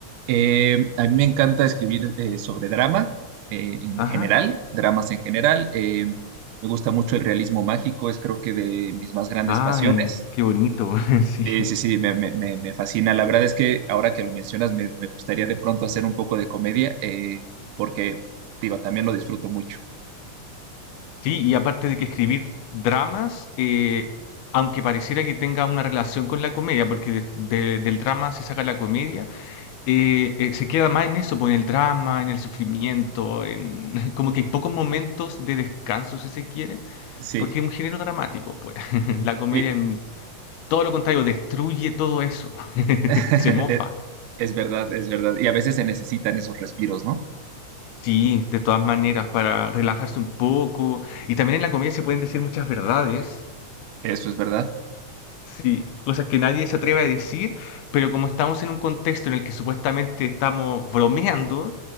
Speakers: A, on the right; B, on the left.
A: Eh, a mí me encanta escribir eh, sobre drama eh, en
B: Ajá.
A: general, dramas en general. Eh, me gusta mucho el realismo mágico, es creo que de mis más grandes
B: Ay,
A: pasiones.
B: qué bonito, <laughs> sí.
A: Eh, sí, sí, me, me- me- me fascina. La verdad es que ahora que lo mencionas, me, me gustaría de pronto hacer un poco de comedia, eh, porque, digo, también lo disfruto mucho.
B: Sí, y aparte de que escribir dramas, eh, aunque pareciera que tenga una relación con la comedia, porque de- de- del drama se saca la comedia, eh, eh, se queda más en eso, pues, en el drama, en el sufrimiento, en <laughs> como que hay pocos momentos de descanso, si se quiere,
A: Sí,
B: porque es un género dramático, pues. <laughs> La comedia,
A: y-
B: en todo lo contrario, destruye todo eso, <laughs>
A: <laughs>
B: se mofa.
A: es verdad, es verdad. Y a veces se necesitan esos respiros, ¿no?
B: Sí, de todas maneras, para relajarse un poco. Y también en la comida se pueden decir muchas verdades.
A: Eso es verdad.
B: Sí, cosas que nadie se atreve a decir, pero como estamos en un contexto en el que supuestamente estamos bromeando,